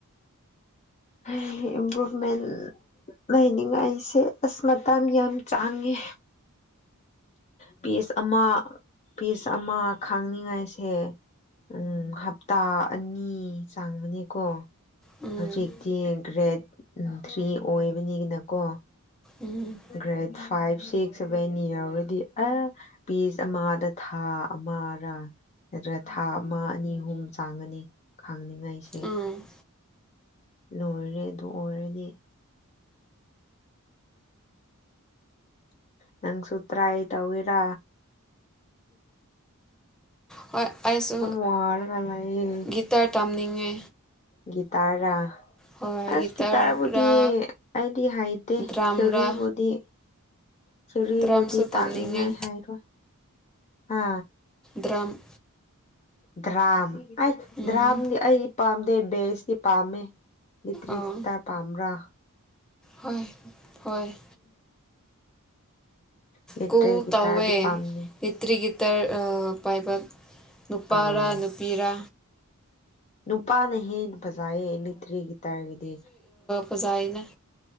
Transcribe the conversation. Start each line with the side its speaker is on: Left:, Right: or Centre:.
Left: ꯍꯩ ꯏꯝꯄ꯭ꯔꯨꯚꯃꯦꯟ ꯂꯩꯅꯤꯡꯉꯥꯏꯁꯦ ꯑꯁ ꯃꯇꯝ ꯌꯥꯝ ꯆꯪꯉꯦ꯫ ꯄꯤꯁ ꯑꯃ ꯄꯤꯁ ꯑꯃ ꯈꯥꯡꯅꯤꯡꯉꯥꯏꯁꯦ ꯎꯝ ꯍꯞꯇꯥ ꯑꯅꯤ ꯆꯥꯡꯕꯅꯦꯀꯣ
Centre: ꯎꯝ
Left: ꯍꯧꯖꯤꯛꯇꯤ ꯒ꯭ꯔꯦꯗ ꯊ꯭ꯔꯤ ꯑꯣꯏꯕꯅꯤꯒꯤꯅꯀꯣ꯫
Centre: ꯎꯝ꯫
Left: ꯒ꯭ꯔꯦꯗ ꯐꯥꯏꯚ ꯁꯤꯛꯁ ꯁꯕꯦꯟ ꯌꯥꯎꯔꯗꯤ ꯑꯥ ꯄꯤꯁ ꯑꯃꯗ ꯊꯥ ꯑꯃꯔ ꯅꯠꯇ꯭ꯔ ꯊꯥ ꯑꯃ ꯑꯅꯤ ꯑꯍꯨꯝ ꯆꯥꯡꯉꯅꯤ ꯈꯥꯡꯅꯤꯡꯉꯥꯏꯁꯦ꯫
Centre: ꯎꯝ
Left: ꯂꯣꯏꯔꯦ ꯑꯗꯨ ꯑꯣꯏꯔꯗꯤ꯫ ꯅꯪꯁꯨ ꯇ꯭ꯔꯥꯏ ꯇꯧꯒꯦꯔꯥ?
Centre: ꯍꯣꯏ ꯑꯩꯁꯨ
Left: ꯋꯥꯔꯒ ꯂꯩꯌꯦ
Centre: ꯒꯤꯇꯔ ꯇꯝꯅꯤꯡꯉꯦ꯫
Left: ꯒꯤꯇꯥꯔꯔꯥ?
Centre: ꯍꯣꯏ
Left: ꯑꯁ
Centre: ꯒꯤꯇꯔꯔ
Left: ꯒꯤꯇꯥꯔꯕꯨꯗꯤ ꯑꯩꯗꯤ ꯍꯩꯇꯦ
Centre: ꯗ꯭ꯔꯥꯝꯔ
Left: ꯊꯤꯑꯣꯔꯤꯕꯨꯗꯤ ꯊꯤꯑꯣꯔꯤꯕꯨꯗꯤ
Centre: ꯗ꯭ꯔꯝꯁꯨ
Left: ꯇꯥꯛꯅꯤꯉꯥꯏ
Centre: ꯇꯝꯅꯤꯡꯉꯦ
Left: ꯍꯥꯏꯔꯣꯏ ꯍꯥ꯫
Centre: ꯗ꯭ꯔꯝ꯫
Left: ꯗ꯭ꯔꯥꯝ ꯑꯩ
Centre: ꯎꯝ
Left: ꯗ꯭ꯔꯥꯝꯗꯤ ꯑꯩ ꯄꯥꯝꯗꯦ ꯕꯦꯁꯇꯤ ꯄꯥꯝꯃꯦ꯫ ꯂꯤꯇ꯭ꯔꯤꯛꯁꯇ
Centre: ꯑꯥ
Left: ꯄꯥꯝ꯭ꯔꯥ?
Centre: ꯍꯣꯏ ꯍꯣꯏ꯫
Left: <inaudible> ꯏꯂꯦꯛꯇ꯭ꯔꯤꯛ
Centre: ꯀꯨꯜ
Left: ꯒꯤꯇꯥꯔꯗꯤ
Centre: ꯇꯧꯋꯦ꯫
Left: ꯄꯥꯝꯗꯦ
Centre: ꯕꯦꯇ꯭ꯔꯤ ꯒꯤꯇꯔ ꯑꯥ ꯄꯥꯏꯕ ꯅꯨꯄꯥꯔꯥ
Left: ꯑꯥ
Centre: ꯅꯨꯄꯤꯔꯥ
Left: ꯅꯨꯄꯥꯅ ꯍꯦꯟꯅ ꯐꯖꯩꯌꯦ ꯕꯦꯇ꯭ꯔꯤ ꯒꯤꯇꯥꯔꯒꯤꯗꯤ
Centre: ꯐꯖꯥꯏꯅꯦ